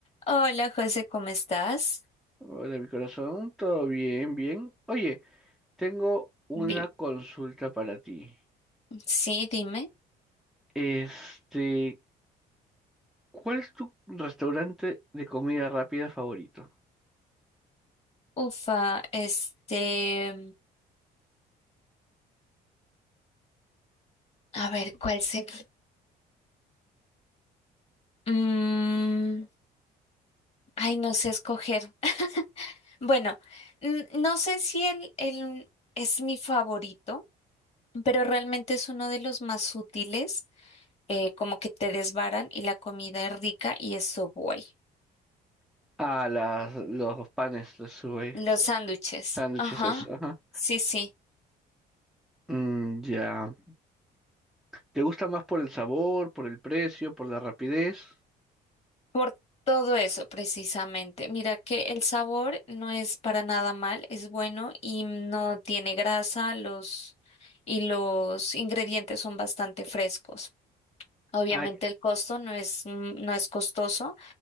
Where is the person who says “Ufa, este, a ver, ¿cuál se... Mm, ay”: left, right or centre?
Left